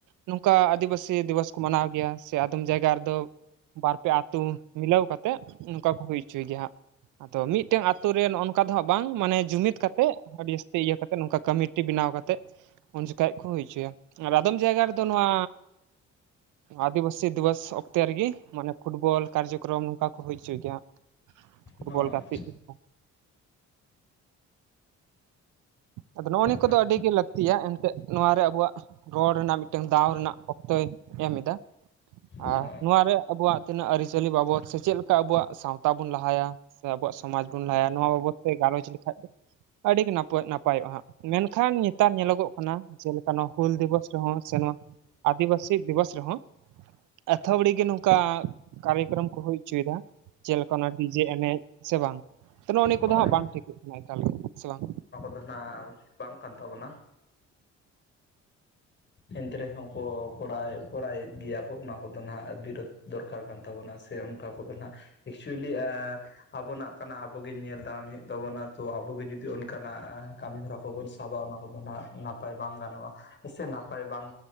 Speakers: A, on the right; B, on the left.
A: ᱱᱚᱝᱠᱟ ᱟᱹᱫᱤᱵᱟᱹᱥᱤ ᱫᱤᱵᱚᱥ ᱠᱚ ᱢᱟᱱᱟᱣ ᱜᱮᱭᱟ ᱥᱮ ᱟᱫᱚᱢ ᱡᱟᱭᱜᱟ ᱨᱮᱫᱚ ᱵᱟᱨᱯᱮ ᱟᱹᱛᱩ ᱢᱤᱞᱟᱹᱣ ᱠᱟᱛᱮᱜ ᱚᱱᱠᱟ ᱠᱚ ᱦᱩᱭ ᱚᱪᱚᱭ ᱜᱮᱭᱟ ᱦᱟᱸᱜ᱾ ᱟᱫᱚ ᱢᱤᱫᱴᱮᱱ ᱟᱛᱳ ᱨᱮ ᱱᱚᱜ-ᱚ ᱱᱚᱝᱠᱟ ᱫᱚ ᱦᱟᱸᱜ ᱵᱟᱝ᱾ ᱢᱟᱱᱮ ᱡᱩᱢᱤᱫ ᱠᱟᱛᱮᱜ ᱟᱹᱰᱤ ᱡᱟᱹᱥᱛᱤ ᱤᱭᱟᱹ ᱠᱟᱛᱮᱫ ᱱᱚᱝᱠᱟ ᱠᱟᱢᱤᱴᱤ ᱵᱮᱱᱟᱣ ᱠᱟᱛᱮᱫ, ᱩᱱᱡᱚᱠᱷᱟᱡ ᱠᱚ ᱦᱩᱭ ᱦᱚᱪᱚᱭᱟ ᱟᱨ ᱟᱫᱚᱢ ᱡᱟᱭᱜᱟ ᱨᱮᱫᱚ ᱱᱚᱣᱟ ᱟᱹᱫᱤᱵᱟᱹᱥᱤ ᱫᱤᱵᱚᱥ ᱚᱠᱛᱮ ᱨᱮᱜᱮ ᱢᱟᱱᱮ ᱯᱷᱩᱴᱵᱚᱞ, ᱠᱟᱨᱡᱚᱠᱚᱨᱚᱢ ᱱᱚᱝᱠᱟ ᱠᱚ ᱦᱩᱭ ᱦᱚᱪᱚᱭ ᱜᱮᱭᱟ ᱦᱟᱸᱜ᱾ ᱯᱷᱩᱴᱵᱚᱞ
B: ᱦᱳᱭ
A: ᱜᱟᱛᱮᱜ ᱞᱮᱠᱟ᱾ ᱟᱫᱚ ᱱᱚᱜ-ᱚ ᱱᱤᱭᱟᱹ ᱠᱚᱫᱚ
B: ᱱᱟᱯ
A: ᱟᱹᱰᱤᱜᱮ ᱞᱟᱹᱠᱛᱤᱭᱟ ᱮᱱᱛᱮᱫ ᱱᱚᱣᱟᱨᱮ ᱟᱵᱚᱣᱟᱜ ᱨᱚᱲ ᱨᱮᱱᱟᱜ ᱢᱤᱫᱴᱟᱹᱝ ᱫᱟᱣ ᱨᱮᱱᱟᱜ ᱚᱠᱛᱚᱭ ᱮᱢ ᱮᱫᱟ ᱟᱨ
B: ᱦᱳᱭ
A: ᱱᱚᱣᱟᱨᱮ ᱟᱵᱚᱣᱟᱜ ᱛᱤᱱᱟᱹᱜ ᱟᱹᱨᱤᱪᱟᱹᱞᱤ ᱵᱟᱵᱚᱫ ᱥᱮ ᱪᱮᱫ ᱠᱟ ᱟᱵᱚᱣᱟᱜ ᱥᱟᱣᱛᱟ ᱵᱚᱱ ᱞᱟᱦᱟᱭᱟ ᱥᱮ ᱟᱵᱚᱣᱟᱜ ᱥᱚᱢᱟᱡᱽ ᱵᱚᱱ ᱞᱟᱦᱟᱭᱟ ᱱᱚᱣᱟ᱾ ᱵᱟᱵᱚᱫ ᱛᱮ ᱜᱟᱞᱚᱪ ᱞᱮᱠᱷᱟᱡ ᱫᱚ ᱟᱹᱰᱤ ᱜᱮ ᱱᱟᱹᱯᱟᱭ ᱱᱟᱯᱟᱭᱚᱜ-ᱟ ᱦᱟᱸᱜ᱾ ᱢᱮᱱᱠᱷᱟᱱ ᱱᱮᱛᱟᱨ ᱧᱮᱞᱚᱜᱚᱜ ᱠᱟᱱᱟ᱾ ᱡᱮᱞᱮᱠᱟ ᱱᱚᱣᱟ ᱦᱩᱞ ᱫᱤᱵᱚᱥ ᱨᱮᱦᱚᱸ ᱥᱮ ᱱᱚᱣᱟ ᱟᱹᱫᱤᱵᱟᱹᱥᱤ ᱫᱤᱵᱚᱥ ᱨᱮᱦᱚᱸ ᱟᱹᱣᱛᱷᱚᱲᱤ ᱜᱮ ᱱᱚᱝᱠᱟ ᱠᱟᱨᱭᱚᱠᱚᱨᱚᱢ ᱠᱚ ᱦᱩᱭ ᱚᱪᱚᱭᱮᱫᱟ᱾ ᱡᱮᱞᱮᱠᱟ ᱚᱱᱟ ᱰᱤᱡᱮ ᱮᱱᱮᱡ᱾ ᱥᱮ ᱵᱟᱝ ᱛᱚ ᱱᱚᱜ-ᱚ ᱱᱤᱭᱟᱹ ᱠᱚᱫᱚ
B: ᱦᱳᱭ
A: ᱦᱟᱸᱜ ᱵᱟᱝ ᱴᱷᱤᱠᱚᱜ ᱠᱟᱱᱟ ᱮᱠᱟᱞᱜᱮ, ᱥᱮ ᱵᱟᱝ?
B: ᱫᱚ ᱱᱟᱦᱜ ᱩᱪᱤᱛ ᱵᱟᱝ ᱠᱟᱱ ᱛᱟᱵᱚᱱᱟ᱾ ᱮᱱᱛᱮ ᱨᱮᱦᱚᱸ ᱠᱚ ᱠᱚᱨᱟᱣᱮᱫ ᱠᱚᱨᱟᱣᱮᱫ ᱜᱮᱭᱟ ᱠᱚ ᱚᱱᱟ ᱠᱚᱫᱚ ᱦᱟᱸᱜ ᱵᱤᱨᱳᱫ ᱫᱚᱨᱠᱟᱨ ᱠᱟᱱ᱾ ᱛᱟᱵᱚᱱᱟ ᱥᱮ ᱚᱱᱠᱟ ᱠᱚᱫᱚ ᱱᱟᱦᱜ ᱮᱠᱪᱩᱭᱮᱞᱤ ᱮ ᱟᱵᱚᱱᱟᱜ ᱠᱟᱱᱟ᱾ ᱟᱵᱚᱜ ᱜᱮ ᱧᱮᱞ ᱫᱟᱨᱟᱢ ᱦᱩᱭᱩᱜ ᱛᱟᱵᱚᱱᱟ ᱛᱚ ᱟᱵᱚᱜᱮ ᱡᱩᱫᱤ ᱚᱱᱠᱟᱱᱟᱜ ᱠᱟᱹᱢᱤ ᱦᱚᱨᱟ ᱠᱚᱵᱚᱱ ᱥᱟᱵᱟ ᱚᱱᱟ ᱠᱚᱫᱚ ᱱᱟᱦᱜ ᱱᱟᱯᱟᱭ ᱵᱟᱝ ᱜᱟᱱᱚᱜ-ᱟ᱾ ᱦᱮᱥᱮ ᱱᱟᱯᱟᱭ ᱵᱟᱝ